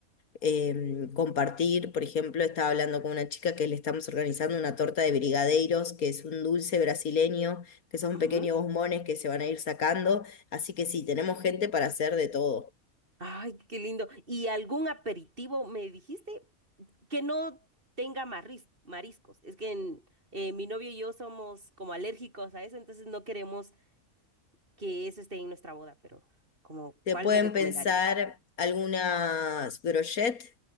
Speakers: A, on the left; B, on the right.
A: em, compartir. Por ejemplo, estaba hablando con una chica que le estamos organizando una torta de brigadeiros, que es un dulce brasileño, que son
B: Ujú.
A: pequeños bombones que se van a ir sacando. Así que sí, tenemos gente para hacer de todo.
B: Ay, qué lindo. ¿Y algún aperitivo me dijiste que no tenga marris- mariscos? Es que en- eh, mi novio y yo somos como alérgicos a eso, entonces no queremos que eso esté en nuestra boda, pero como,
A: Se
B: ¿cuál
A: pueden
B: me recomendarías?
A: pensar algunas brochettes